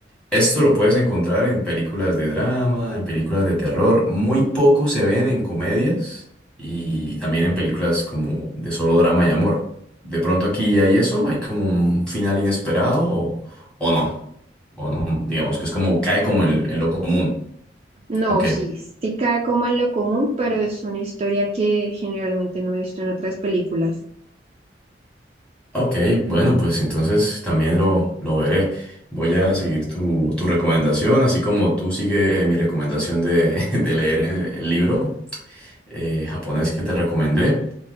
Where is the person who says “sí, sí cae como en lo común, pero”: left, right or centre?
Right